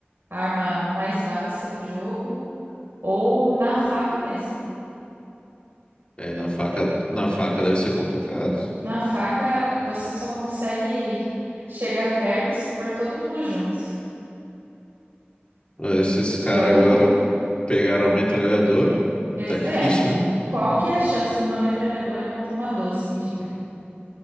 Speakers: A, on the right; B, on the left.
A: arma mais básica do jogo, ou na faca mesmo.
B: É, na faca, na faca deve ser complicado.
A: Na faca, você só consegue chegar perto se for todo mundo junto.
B: Ah, Esses
A: E
B: caras
A: olhe
B: agora
A: lá.
B: pegaram a metralhadora.
A: Ex-
B: Tá difícil,
A: É,
B: né?
A: qual que é a chance de uma metralhadora contra uma 12, me diga?